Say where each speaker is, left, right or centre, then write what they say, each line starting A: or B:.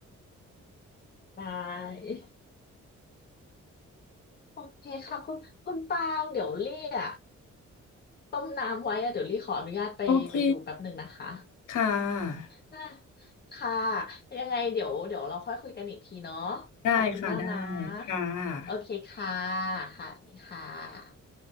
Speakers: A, on the left; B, on the left.
A: ได้โอเคค่ะคุณคุณปางเดี๋ยวลี่กต้มน้ำไว้อะเดี๋ยวลี่ขออนุญาตไปไปดูแป๊บหนึ่งนะคะ
B: โอเคค่ะ
A: อ่าค่ะยังไงเดี๋ยวเดี๋ยวเราค่อยคุยกันอีกทีเนาะ
B: ได้ค่ะได้
A: ขอบคุณมากนะ
B: ค่ะ
A: โอเคค่ะค่ะสวัสดีค่ะ